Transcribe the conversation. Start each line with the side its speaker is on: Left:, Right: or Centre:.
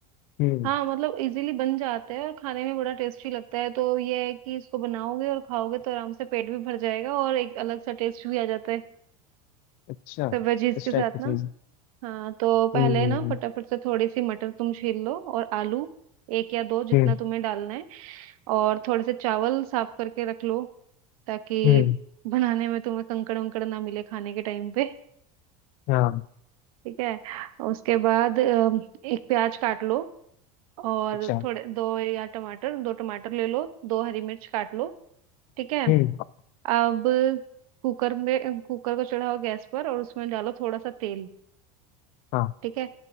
Left: हम्म
Right: हाँ मतलब इजीली बन जाता है और खाने में बड़ा टेस्टी लगता है तो ये है कि इसको बनाओगे और खाओगे तो आराम से पेट भी भर जाएगा और एक अलग सा टेस्ट भी आ जाता है
Left: अच्छा
Right: सब वेजीज
Left: इस
Right: के साथ
Left: टाइप की
Right: ना
Left: चीज
Right: हाँ तो पहले
Left: हम्म
Right: ना फटाफट से थोड़ी सी मटर तुम छील लो और आलू एक या दो जितना
Left: हम्म
Right: तुम्हें डालना है और थोड़े से चावल साफ करके रख लो ताकि
Left: हम्म
Right: बनाने में तुम्हें कंकड़ उंकड़ ना मिले खाने के टाइम पे
Left: हाँ
Right: ठीक है उसके बाद अम, एक प्याज काट लो और
Left: अच्छा
Right: थोड़े दो या टमाटर दो टमाटर ले लो दो हरी मिर्च काट लो ठीक है
Left: हम्म
Right: अब कुकर में कुकर को चढ़ाओ गैस पर और उसमें डालो थोड़ा सा तेल
Left: हाँ
Right: ठीक है